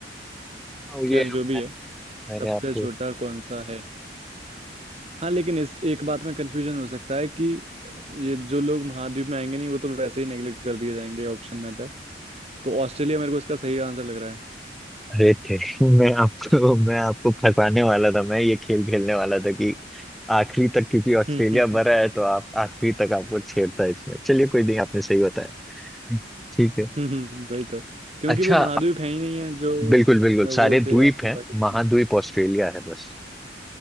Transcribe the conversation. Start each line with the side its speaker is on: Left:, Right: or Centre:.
Centre: हाँ,
Right: खैर
Centre: ये
Right: जो
Centre: मैं,
Right: भी है
Centre: मैंने
Right: सबसे
Centre: आपको
Right: छोटा कौन सा है हाँ लेकिन इस एक बात में कंफ्यूजन हो सकता है कि ये जो लोग महाद्वीप में आएंगे नहीं वो तो वैसे ही नेग्लेक्ट कर दिए जाएंगे ऑप्शन में था तो ऑस्ट्रेलिया मेरे को इसका सही आंसर लग रहा है
Centre: अरे थे मैं आपको मैं आपको फंसाने वाला था मैं ये खेल खेलने वाला था कि आखिरी तक क्योंकि
Right: <laughs>
Centre: ऑस्ट्रेलिया भरा है तो आप आखिरी तक आपको छेड़ता है इसमें चलिए कोई नहीं आपने सही बताया ठीक है
Right: वही तो क्योंकि
Centre: अच्छा
Right: वो महाद्वीप है ही नहीं है जो
Centre: बिल्कुल बिल्कुल सारे
Right: वो
Centre: द्वीप
Right: थे आपने
Centre: हैं
Right: पाकिस्तान
Centre: महाद्वीप ऑस्ट्रेलिया है बस